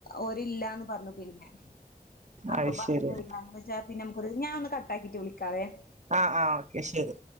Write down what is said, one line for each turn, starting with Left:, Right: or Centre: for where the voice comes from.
Left: ഒരില്ലന്ന് പറഞ്ഞു പിന്നെ അപ്പൊ
Right: അത്
Left: പറഞ്ഞു
Right: ശരി
Left: വി <unintelligible> ചാ പിന്നെ നമുക്കൊരു ഞാ ഒന്ന് കട്ടാക്കിട്ട് വിളിക്കാവേ
Right: ആഹ് ആഹ് ഓക്കെ ശരി